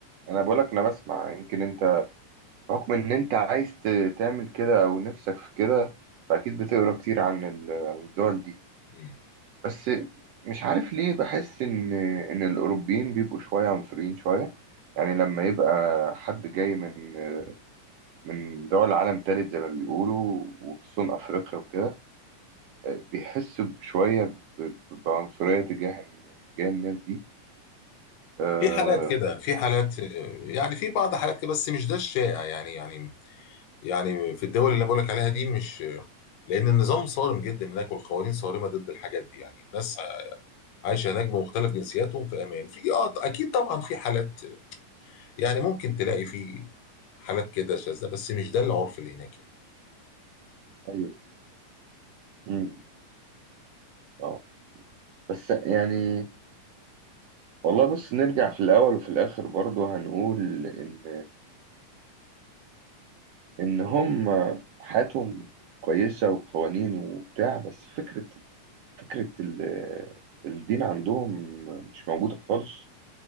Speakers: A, on the right; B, on the left.
A: انا بقولك انا بسمع يمكن انت رغم ان انت عايز ت- تعمل كده او نفسك في كده فاكيد بتقرا كتير عن ال- عن الدول دي
B: مم.
A: بس مش عارف ليه بحس ان ان الاوروبيين بيبقوا شويه عنصريين شويه يعني لما يبقى حد جاي من من دول عالم تالت زي ما بيقولوا وخصوصا افريقيا وكده بيحسوا بشويه ب- ب- بعنصريه تجاه تجاه الناس دي أه
B: في حالات كده في حالات آه، يعني في بعض حالات كده بس مش ده الشائع يعني يعني يعني في الدول اللي بقولك عليها دي مش لأن النظام صارم جدا هناك والقوانين صارمة ضد الحاجات دي يعني الناس عايش هناك بمختلف جنسياتهم في امان في اه اكيد طبعا في حالات يعني ممكن تلاقي في حالات كده شاذة بس مش ده العرف اللي هناك يعني
A: ايوه امم اه بس يعني والله بص نرجع في الاول وفي الاخر برضه هنقول ان ان هم حياتهم كويسه وقوانين وبتاع بس فكره فكره ال- الدين عندهم مش موجوده خالص